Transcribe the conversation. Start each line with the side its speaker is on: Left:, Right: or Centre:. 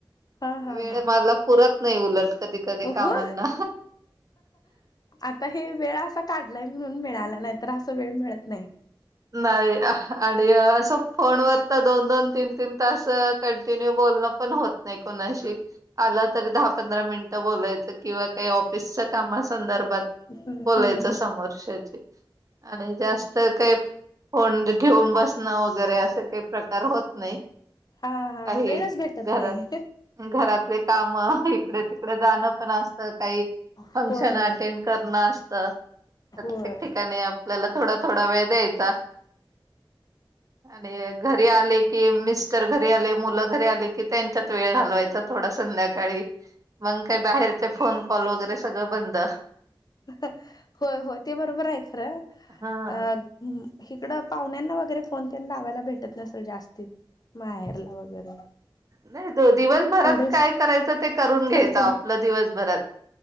Left: हा हा
Right: वेळ
Left: हा
Right: मला पुरत नाही उलट कधी कधी कामांना.
Left: हो आता हे वेळ असा काढलाय म्हणून मिळाला नाही तर असं वेळ मिळत नाही
Right: नाही हा हा आणि असं फोनवर असं दोन - दोन, तीन -तीन तास कंटिन्यू बोलण पण होत नाही कुणाशी आलं तर द दहा पंधरा मिनिट बोलायचं किंवा काही ऑफिसच्या कामा संदर्भात
Left: हम्म
Right: बोलायचं
Left: हम्म हम्म
Right: समोरच्याची आणि जास्त
Left: अस
Right: काय फोन घेऊन बसणं वगैरे असं काही प्रकार होत नाही
Left: हा हा
Right: आहे
Left: वेळच भेटत
Right: घरात
Left: नाही
Right: घरातले काम इकडे तिकडे जाणं पण असतं काही फंक्शन
Left: होय होय
Right: अटेंड करणं असत सत प्रत्येक
Left: होय
Right: ठिकाणी आपल्याला थोडा थोडा वेळ द्यायचा. आणि घरी आले कि मिस्टर घरी आले मुलं घरी आले कि त्यांच्यात वेळ घालवायचा थोडसा. संध्याकाळी मग काही बाहेरचे फोन कॉल वगैरे सगळं बंद.
Left: होय, होय. ते बरोबर हाय खरं
Right: हा
Left: अ इकडे पाहुण्यांना वगैरे फोन तेन लाावायला भेटत नसेल जास्ती माहेरला वगैरे
Right: नाही हो दिवसभरात
Left: थोडेच
Right: काय करायचं ते करून घ्यायचं
Left: थोडं
Right: आपलं दिवसभरात